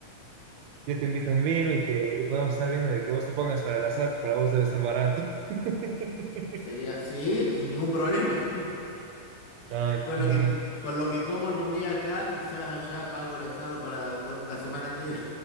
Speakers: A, on the right (about 80°); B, on the left (about 75°).
A: Yo te invito un vino y, te, y podemos estar viendo de que vos te pongas para el asado, que para vos debe estar barato. <laughs>
B: Sería, sí, ningún problema.
A: No,
B: <laughs> Con
A: no.
B: lo que, con lo que como en un día acá, quizás allá pago el asado para do- la semana entera.